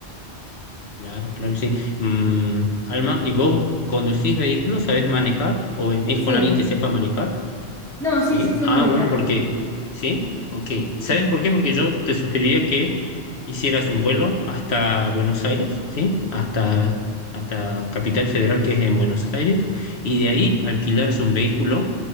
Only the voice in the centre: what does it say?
Sí,
no,
sí, sí sé
manejar,
sí.